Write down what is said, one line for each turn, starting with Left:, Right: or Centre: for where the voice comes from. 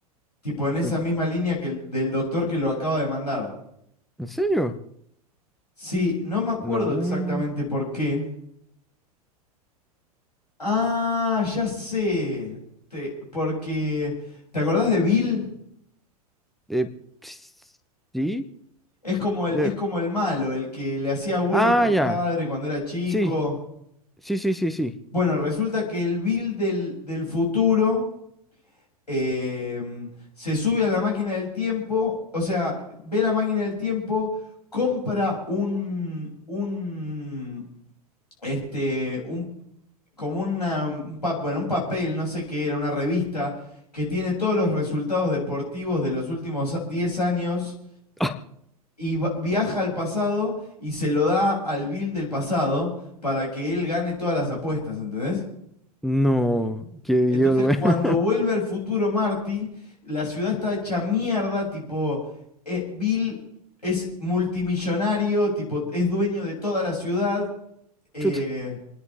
Left: Tipo en esa
Centre: ¿En,
Left: misma línea que el del doctor que lo acaba de mandar.
Centre: en serio?
Left: Sí, no me acuerdo
Centre: No.
Left: exactamente por qué. Ah, ya sé. Te- porque. ¿Te acordás de Bill?
Centre: Eh, ps- sí.
Left: Es
Centre: sí.
Left: como el,
Centre: eh,
Left: es como el malo, el que le hacía bullying
Centre: Ah,
Left: al
Centre: ya.
Left: padre cuando era chico.
Centre: Sí. Sí, sí, sí, sí.
Left: Bueno, resulta que el Bill del, del futuro em, se sube a la máquina del tiempo, o sea, ve la máquina del tiempo, compra un, un, este, un, como una, un pa- bueno, un papel, no sé qué era, una revista que tiene todos los resultados deportivos de los últimos 10 años
Centre: <laughs>
Left: y va- viaja al pasado y se lo da al Bill del pasado para que él gane todas las apuestas, ¿entendés?
Centre: No, qué
Left: Entonces,
Centre: viol, <laughs> weón.
Left: cuando vuelve al futuro Marty, la ciudad está hecha mierda, tipo, eh, Bill es multimillonario, tipo, es dueño de toda la ciudad, eh,
Centre: Chuta,